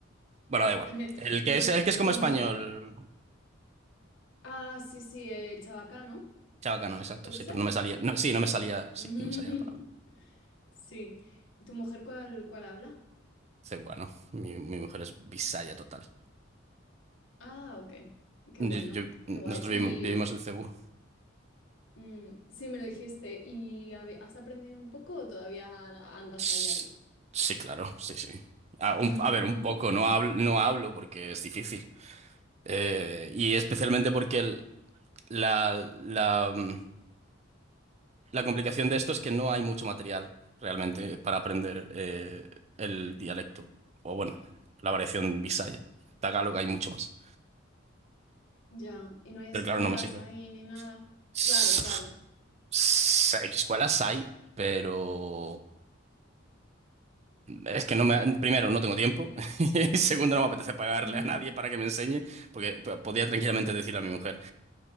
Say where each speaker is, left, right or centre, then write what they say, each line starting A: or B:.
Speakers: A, on the right; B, on the left.
A: Bueno, da igual.
B: <laughs>
A: El
B: y
A: que
B: tu,
A: es, el que es como
B: tu mujer.
A: español.
B: Ah, sí, sí, el Chabacano,
A: Chabacano, exacto,
B: ¿puede
A: sí,
B: ser?
A: pero no me salía. no, sí, no me salía.
B: <laughs>
A: Sí, no me salía la palabra.
B: Sí. ¿Tu mujer cuál, cuál habla?
A: Cebuano. Mi, mi mujer es bisaya total.
B: Ah, ok. Qué
A: Yo-
B: bueno,
A: yo-
B: qué guay.
A: nosotros
B: Y
A: vivimos, vivimos el Cebú.
B: mm, sí, me lo dijiste. ¿Y habe- has aprendido un poco o todavía andas
A: S-
B: ahí, ahí?
A: Sí, claro, sí, sí. A, un-
B: <laughs>
A: a ver, un poco, no hablo, no hablo porque es difícil. Eh, y especialmente porque el- la, la, mm, la complicación de esto es que no hay mucho material realmente para aprender eh, el dialecto. O bueno, la variación bisaya. Tagalog hay mucho más.
B: Ya, y no hay escuelas
A: Pero claro, no me sirve.
B: ahí ni nada.
A: S-
B: Claro, claro.
A: s- Escuelas hay, pero... Es que no me, primero, no tengo tiempo <laughs> y segundo, no me apetece
B: <laughs>
A: pagarle
B: Ujú.
A: a nadie para que me enseñe, porque p- podría tranquilamente decirle a mi mujer,